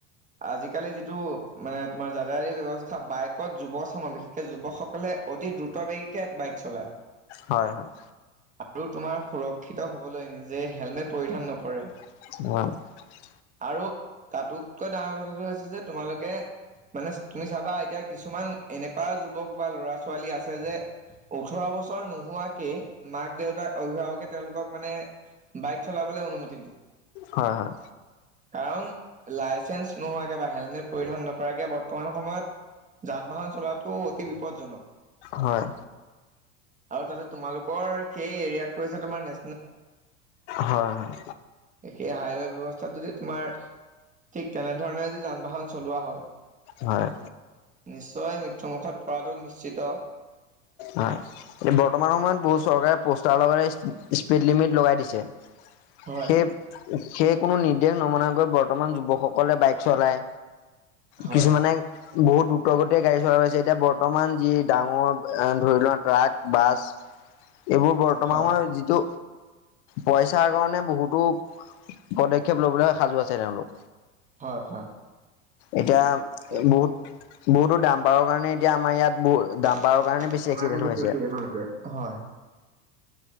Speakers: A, on the right; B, on the left.
A: আজিকালি যিটো মানে তোমাৰ <unintelligible> ব্যৱস্থা বাইকত যুৱ চামৰ, বিশেষকে যুৱকসকলে অতি দ্ৰুতবেগীকে বাইক চলায়।
B: হয় হয়
A: আৰু তোমাৰ সুৰক্ষিত হ <unintelligible> নিজে হেলমেট পৰিধান নকৰে।
B: <unintelligible>
A: আৰু তাতোতকৈ ডাঙৰ কথাটো হৈছে যে তোমালোকে মানে তুমি চাবা এতিয়া কিছুমান এনেকুৱা যুৱক বা ল'ৰা-ছোৱালী আছে যে ওঠৰ বছৰ নোহোৱাকে মাক-দেউতাক, অভিভাৱকে তেওঁলোকক মানে বাইক চলা <unintelligible> অনুমতি দিয়ে।
B: হয়
A: কাৰণ লাইচেন্স নোহোৱাকে বা হেলমেট পৰিধান নকৰাকে বৰ্তমান সময়ত যান-বাহন চলোৱাটো অতি বিপদজনক।
B: হয়
A: আৰু তাতে তোমালোকৰ সেই কৰিছে তোমাৰ নে
B: হয় হয়
A: সেই হাইৱে' ব্যৱস্থাত যদি তোমাৰ, ঠিক তেনেধৰণে যদি যান-বাহন চলোৱা হয়
B: হয়
A: নিশ্চয় মৃত্যুমুখত পৰাটো নিশ্চিত।
B: হয় এ বৰ্তমান সময়ত বহুত চৰকাৰে পোষ্টাৰ লগাই স্পীড লিমিট লগাই দিছে।
A: হয়,
B: সেই সেই কোনো নিৰ্দেশ নমনাকৈ বৰ্তমান যুৱকসকলে বাইক চলায়।
A: হয়,
B: কিছুমানে বহুত দ্ৰুতগতিয় গাড়ী চলাইয়ে গৈছে এতিয়া বৰ্তমান যি ডাঙৰ এ ধৰি লোৱা ট্ৰাক, বাছ এইবোৰ বৰ্তমান
A: হয়,
B: সময় যিটো পইচাৰ কাৰণে বহুতো পদক্ষেপ লবলৈ সাজু আছে তেওঁলোক।
A: হয়, হয়।
B: এতিয়া
A: এ
B: বহুত বহুতো দামপাৰৰ কাৰণে এতিয়া আমাৰ ইয়াত বহু দাম্পাৰৰ
A: ট্ৰাকৰ
B: কাৰণে বেছি এক্সিডেণ্ট
A: কাৰণে বেছি
B: হৈ আছে
A: এক্সিডেন্ট হৈছে, হয়।